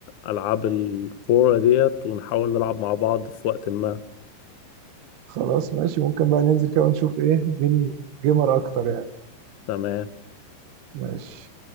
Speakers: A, on the left; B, on the right.
A: ألعاب الكورة ديت ونحاول نلعب مع بعض في وقت ما
B: خلاص ماشي ممكن بقى ننزل كده ونشوف ايه مين جيمر اكتر يعني
A: تمام
B: ماشي